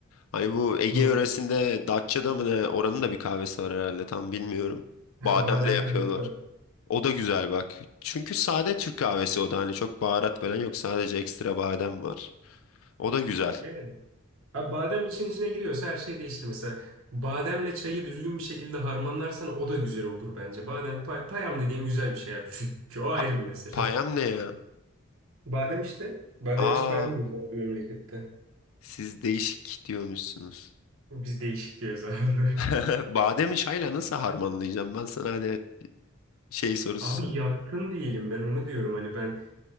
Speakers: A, on the left (about 75°); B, on the right (about 75°).
A: Hani bu Ege
B: Hı.
A: yöresinde Datça'da mı ne? Oranın da bir kahvesi var herhalde tam bilmiyorum.
B: Ha,
A: Bademle
B: badem
A: yapıyorlar.
B: kahvesi var.
A: O da güzel bak. Çünkü sade Türk kahvesi o da hani çok baharat falan yok. Sadece ekstra badem var. O da güzel.
B: Yani. Ha, badem için içine giriyorsa her şey değişir. Mesela bademle çayı düzgün bir şekilde harmanlarsan o da güzel olur bence. Badem pay- payam dediğim güzel bir şey abi. <laughs> Çünkü o ayrı
A: Pa-
B: bir mesele.
A: payam ne ya?
B: Badem işte. Bademimiz
A: Aa,
B: payam diyor memlekette.
A: siz değişik diyormuşsunuz.
B: Biz değişik diyoruz abi. <laughs>
A: <laughs> Bademi çayla nasıl harmanlayacağım? Ben sana hadi şey sorusu
B: Abi
A: sorayım.
B: yatkın değilim ben onu diyorum hani ben